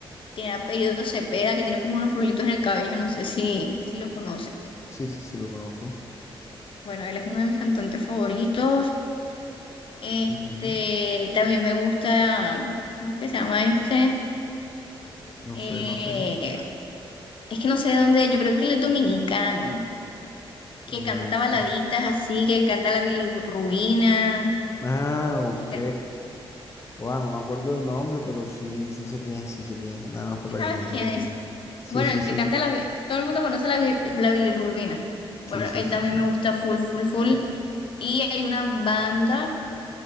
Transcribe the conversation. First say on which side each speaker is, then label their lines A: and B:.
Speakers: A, on the left; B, on the left.
A: tiene apellido Cepeda, que tiene como unos rulitos en el cabello, no sé si, si lo conoces.
B: Sí, sí, sí, lo conozco.
A: Bueno, él es uno de mis cantantes favoritos. Este,
B: Ujú.
A: también me gusta, ¿cómo es que se llama este?
B: No
A: Eh,
B: sé, no sé.
A: es que no sé de dónde, yo creo que él es dominicano, que
B: Mm,
A: canta baladitas así, que canta la bilirrubina,
B: Ah, ok.
A: que can-
B: Bueno, no me acuerdo del nombre, pero sí, sí sé quién es, sí sé quién es, nada más por la
A: ¿Sabes
B: canción que
A: quién
B: me dijiste.
A: es?
B: Sí,
A: Bueno,
B: sí,
A: el
B: sí,
A: que canta la... Todo el mundo conoce la, bi- la bilirrubina.
B: sí,
A: Bueno,
B: sí,
A: él
B: sí,
A: también
B: sí.
A: me gusta full, full, full. Y hay una banda